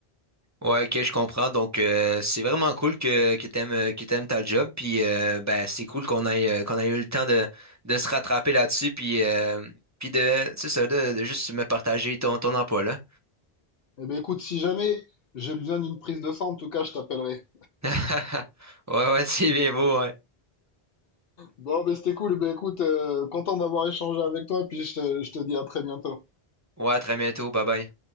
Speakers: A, on the right (about 15°); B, on the left (about 65°).
A: Ouais, ok, je comprends. Donc, euh, c'est vraiment cool que, que t'aimes, euh, que t'aimes ta job. Puis, euh, ben, c'est cool qu'on aille, euh, qu'on ait eu le temps de, de se rattraper là-dessus. Puis, euh, puis de, c'est ça, de, de juste me partager ton, ton emploi là.
B: Eh bien écoute, si jamais j'ai besoin d'une prise de sang, en tout cas, je t'appellerai.
A: <laughs> Ouais, ouais, c'est bien beau. Ouais,
B: Bon, mais c'était cool. Ben, écoute, euh, content d'avoir échangé avec toi, puis je te, je te dis à très bientôt.
A: ouais, à très bientôt. Bye bye.